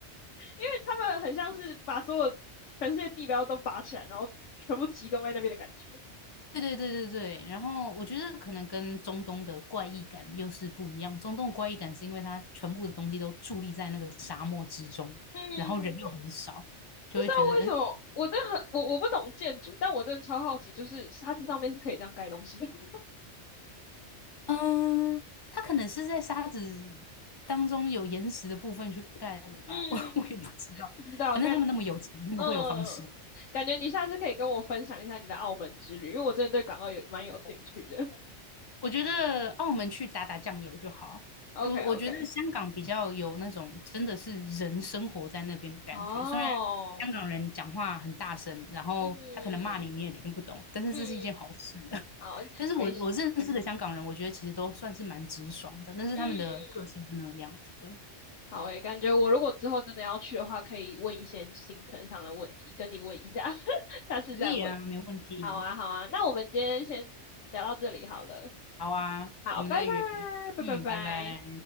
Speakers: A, on the left (about 80°); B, on the left (about 30°).
A: 因为他们很像是把所有全世界地标都拔起来，然后全部集中在那边的感觉。
B: 对对对对对，然后我觉得可能跟中东的怪异感又是不一样。中东怪异感是因为它全部的东西都伫立在那个沙漠之中，
A: 嗯，
B: 然后人又很少，就会觉得，
A: 不知道为什么，
B: 呃
A: 我真的很我我不懂建筑，但我真的超好奇，就是它这上面是可以这样盖东西的。<laughs>
B: 嗯，它可能是在沙子当中有岩石的部分去盖的吧，
A: 嗯，
B: <laughs> 我我也不知道。
A: 不知道，
B: 反正他们那么有钱，
A: 感
B: 他们会有方式。
A: 嗯，感觉你下次可以跟我分享一下你的澳门之旅，因为我真的对港澳有蛮有兴趣的。
B: 我觉得澳门去打打酱油就好。
A: <laughs> OK
B: 我我觉得香港比较有那种真的是人生活在那边的感觉，
A: OK。哦，
B: 虽然香港人讲话很大声，然后他可能骂你你也听不懂，
A: 嗯
B: 但是这是一件好事。
A: 嗯，
B: <laughs>
A: 好，
B: 但是我我认识的香港人，
A: 没事，
B: 我觉得其实都算是蛮直爽的，但是他们的个性是那个样子的。
A: 嗯，好诶，感觉我如果之后真的要去的话，可以问一些行程上的问题，跟你问一下，<laughs> 下次再问。
B: 可以啊，没问题。
A: 好啊，好啊，那我们今天先聊到这里好了，
B: 好啊，
A: 好，
B: 我们再约。
A: 拜拜，拜拜拜。
B: 嗯，拜拜。